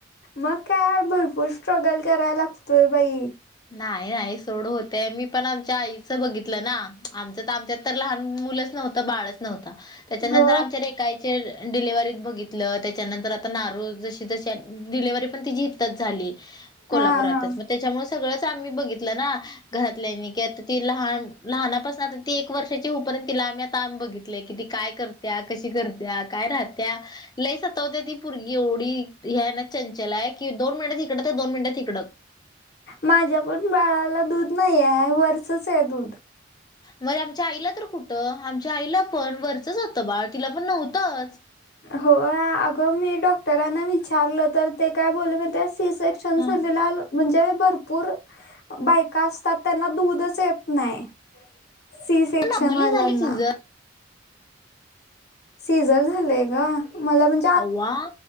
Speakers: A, on the left; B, on the left.
A: मग काय भरपूर स्ट्रगल कराय लागतोय बाई.
B: नाही नाही सोडू होते मी पण आमच्या आईचं बघितलं ना आमच तर आमच्या तर लहान मुलंच नव्हत बाळच नव्हतं त्याच्यानंतर
A: हो
B: आमच्या रेका डिलेव्हत बघित त्याच्यानंतर आता नारू जशी जशी डिलेव्ही पण तिजी तच झाली कोल्हापुरातच
A: हा हा
B: म त्याच्यामूळं सगळंच आम्ही बघितलं ना. घरातल्यानी कि आता ती लहान लहानापासन आता ती एक वर्षाची होऊ परेंत तिला आम्ही आता आम बघित लय कि ती काय करत्या कशी करत्या काय राहत्या लई सतावते ती पुरगी एवढी ह्या ना चंचल आहे की दोन मिनिटात तिकडत दोन मिनिटात तिकडत.
A: माझ्या पण बाळाला दूध नाही आहे वरचच आहे दूध.
B: म आमच्या आईला तर कुठं आमच्या आईला पण वरचंच होतं बाळ तिला पण नव्हतंच.
A: होय अगं मी डॉक्टरांना विचारलं तर ते काय बोलले माहितीये सी सेक शन
B: हा.
A: साणलेलाल. म्हणजे भरपूर बायका असतात त्यांना दूधच येत नाही. सी सेक्शन
B: नॉर्मली
A: वाल्याना.
B: झाली सिझर
A: सीझल झालंय ग मला पण
B: अव्वा